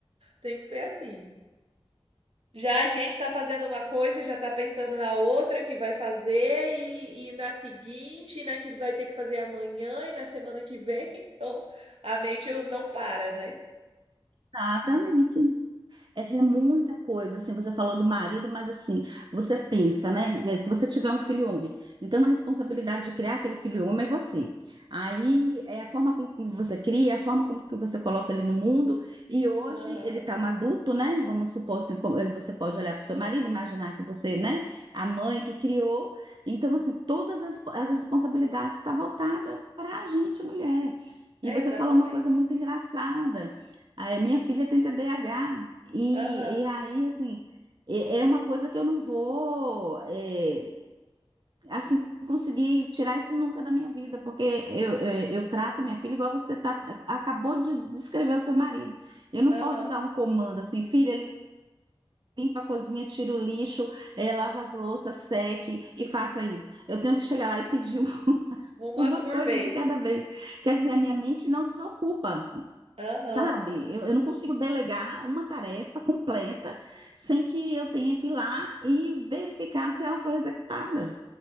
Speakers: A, on the right (about 70°); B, on the right (about 50°).
A: tem que ser assim. Já a gente está fazendo uma coisa, já está pensando na outra que vai fazer, e, e na seguinte, e na que vai ter que fazer amanhã, e na semana que vem. <laughs> Então, a mente não para, né?
B: Exatamente. É, é muita coisa, assim, você falou do marido, mas assim, você pensa, né? é, Se você tiver um filho homem, então a responsabilidade de criar aquele filho homem é você. Aí é a forma como você cria, é a forma como que você coloca ele no mundo, e hoje
A: Aham,
B: ele tá um adulto, né? Vamos supor assim, como- eh, você pode olhar para o seu marido, imaginar que você, né, a mãe que criou. Então, assim, todas as, as responsabilidades estão voltadas para a gente, mulher.
A: é
B: E você
A: exatamente.
B: falou uma coisa muito engraçada. Ah, é, minha filha tem TDAH. E,
A: Aham,
B: e aí, assim, é é uma coisa que eu não vou, é, assim, conseguir tirar isso nunca da minha vida, porque eu, eu, eu trato minha filha igual você tá, acabou de descrever o seu marido. Eu não
A: aham.
B: posso dar um comando assim, filha, limpa a cozinha, tira o lixo, é, lava as louças, seque e faça isso. Eu tenho que chegar lá e pedir <laughs>
A: Uma
B: uma
A: por
B: coisa
A: vez.
B: de cada vez. Quer dizer, a minha mente não desocupa.
A: Aham.
B: Sabe? Eu, eu não consigo delegar uma tarefa completa sem que eu tenha que ir lá e verificar se ela foi executada.